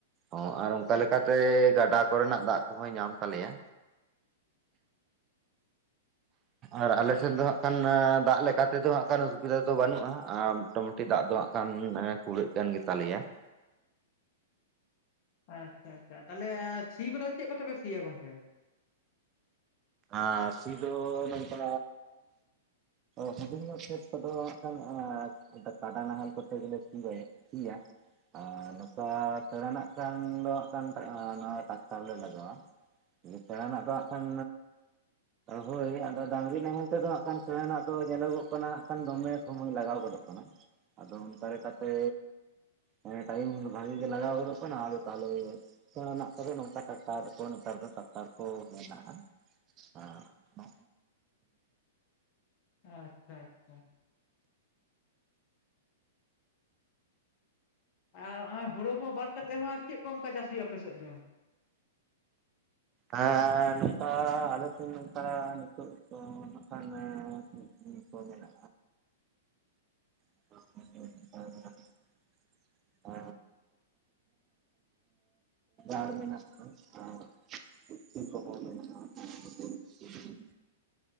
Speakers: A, on the right; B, on the left.
A: ᱚ ᱟᱨ ᱚᱱᱠᱟ ᱞᱮᱠᱟᱛᱮ ᱜᱟᱰᱟ ᱠᱚᱨᱮᱱᱟᱜ ᱫᱟᱜ ᱠᱚᱦᱚᱸᱭ ᱧᱟᱢ ᱛᱟᱞᱮᱭᱟ᱾ ᱟᱨ ᱟᱞᱮ
B: ᱟᱪᱪᱷᱟ
A: ᱥᱮᱫ ᱫᱚ ᱠᱷᱟᱱ ᱫᱟᱜ ᱞᱮᱠᱟᱛᱮᱫᱚ ᱦᱟᱸᱜ ᱠᱷᱟᱱ ᱚᱥᱩᱵᱤᱫᱟ ᱫᱚ ᱵᱟᱹᱱᱩᱜᱼᱟ, ᱟᱨ ᱢᱚᱴᱟᱢᱩᱴᱤ ᱫᱟᱜ ᱫᱚ ᱦᱟᱸᱜ ᱠᱷᱟᱱ ᱠᱩᱲᱟᱹᱜ ᱠᱟᱱ ᱜᱮ ᱛᱟᱞᱮᱭᱟ ᱾
B: ᱟᱪᱪᱷᱟ ᱟᱪᱪᱷᱟ, ᱛᱟᱦᱚᱞᱮ ᱥᱤ ᱠᱚᱫᱚ ᱪᱮᱫ ᱠᱚᱛᱮ ᱯᱮ ᱥᱤᱭᱟ ᱜᱚᱝᱠᱮ?
A: ᱟᱨ ᱥᱤ ᱫᱚ ᱱᱚᱝᱠᱟ ᱦᱩᱰᱤᱝ ᱧᱚᱜ ᱠᱷᱮᱫ ᱠᱚᱫᱚ ᱱᱟᱜ ᱠᱷᱟᱱ ᱠᱟᱰᱟ ᱱᱟᱦᱮᱞ ᱠᱚᱛᱮ ᱜᱮᱞᱮ ᱥᱤ ᱵᱟᱭᱟ᱾ ᱤᱭᱟ ᱟᱨ ᱱᱚᱝᱠᱟ ᱯᱮᱬᱮᱱᱟᱜ ᱠᱷᱟᱱ ᱫᱚ ᱦᱟᱜ ᱠᱷᱟᱱ ᱴᱨᱟᱠᱴᱟᱨ ᱞᱮ ᱞᱟᱜᱟᱣᱟ᱾ ᱯᱮᱬᱟᱱᱟᱜ ᱫᱚ ᱦᱟᱜ ᱠᱷᱟᱱ ᱦᱳᱭ ᱟᱫᱚ ᱰᱟᱝᱨᱤ ᱱᱟᱦᱮᱞ ᱛᱮᱫᱚ ᱦᱟᱜ ᱠᱷᱟᱱ ᱥᱮᱬᱟᱱᱟᱜ ᱫᱚ ᱧᱮᱞᱚᱜᱚᱜ ᱠᱟᱱᱟ ᱦᱟᱜ ᱠᱷᱟᱱ ᱫᱚᱢᱮ ᱥᱚᱢᱚᱭ ᱞᱟᱜᱟᱣ ᱜᱚᱫᱚᱜ ᱠᱟᱱᱟ᱾ ᱟᱫᱚ ᱚᱱᱠᱟ ᱞᱮᱠᱟᱛᱮ ᱦᱮᱸ ᱴᱟᱭᱤᱢ ᱵᱷᱟᱜᱤ ᱜᱮ ᱞᱟᱜᱟᱣ ᱜᱚᱫᱚᱜ ᱠᱟᱱᱟ ᱟᱫᱚ ᱛᱟᱦᱚᱞᱮ ᱥᱮᱲᱟᱱᱟᱜ ᱠᱚᱫᱚ ᱱᱚᱝᱠᱟ ᱴᱟᱠᱴᱟᱨ ᱠᱚ ᱱᱮᱛᱟᱨ ᱫᱚ ᱴᱟᱠᱴᱟᱨ ᱠᱚ ᱢᱮᱱᱟᱜ-ᱟ᱾ ᱟᱻᱱᱚ
B: ᱟᱪᱪᱷᱟ ᱟᱪᱪᱷᱟ ᱟᱨ ᱱᱚᱜᱚᱭ ᱦᱳᱲᱩ ᱠᱚ ᱵᱟᱫ ᱠᱟ ᱠᱟᱛᱮᱫ ᱦᱚᱸ ᱟᱨ ᱪᱮᱫ ᱠᱚ ᱚᱱᱠᱟ ᱪᱟᱥ ᱦᱩᱭᱩᱜ-ᱟ ᱟᱯᱮ ᱥᱮᱫ ᱫᱚ᱾
A: ᱟᱻ ᱱᱚᱝᱠᱟ ᱟᱞᱮ ᱥᱮᱱ ᱱᱚᱝᱠᱟ ᱱᱤᱛᱳ ᱫᱚ ᱦᱟᱜ ᱠᱷᱟᱱ ᱤ ᱠᱚ ᱢᱮᱱᱟ <inaudible> <inaudible> ᱟᱨ ᱢᱮᱱᱟᱜ-ᱟ <unintelligible> <inaudible>